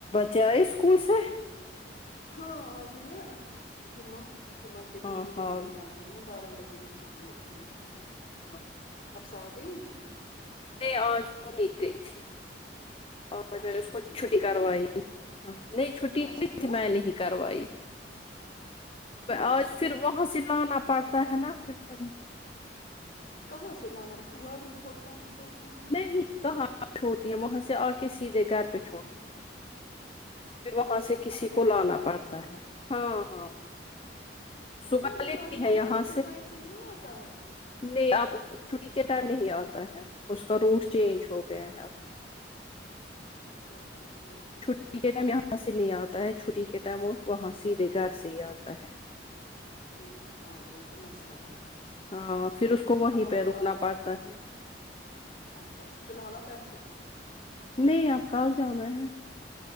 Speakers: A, on the left (about 30°); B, on the left (about 50°).
A: جائے اسکول سے
B: ہاں آج ہے نا جمعہ جمعہ کے
A: ہاں
B: دن وہ
A: ہاں
B: جلدی آتے ہیں نا بارم بج ہی چھٹی ہوتی ہے ان کی
A: جی ہاں
B: ہفس آ گئی
A: نہیں آج بو نہیں گئی تھی آج
B: اچھا
A: میں نے اس کو
B: ٹھیک ہے
A: چھٹی کروائی
B: تھی
A: نہیں چھٹی
B: اچھا
A: نہیں
B: کیوں
A: تھی میں نے ہی کروائی
B: کیوں
A: آج پھر وہاں سے لانا پڑتا ہے نا پھر کوی
B: کہاں سے لانا اس کو گاڑی چھوڑ تا چھوڑ
A: نہیں کہاں چھوڑتی ہیں وہاں سے آ کے سیدھے گھر پہ چھوڑتی ہے پھر وہاں سے کسی
B: اچھا
A: کو
B: گھر
A: لانا
B: کے پاس
A: پڑتا ہے ہاں ہاں صبح
B: کیوں وہ
A: لیتی
B: گاڑی
A: ہے
B: والا
A: یہاں
B: آپ کی سائڈ سے نہیں آتا تا ہے
A: نہیں آپ چھٹی کے ٹائم نہیں آتا ہے اس کا روٹ چینج ہو گیا ہے اب
B: اچھا اچھا ٹھیک
A: چھٹی کے ٹائم یہاں سے نہیں
B: ہاں
A: آتا ہے چھٹی کے وہ وہاں سیدھے گھر سے ہی آتا ہے
B: ٹھ ہاں وہ تو مسئلہ ہے
A: ہاں پھر اس کو وہیں
B: اب آپ
A: پہ
B: آپ-
A: رکنا پڑتا ہے
B: اچھا اچھا فی الحال اپ بیٹھو گی
A: نہیں آپ کل جانا ہے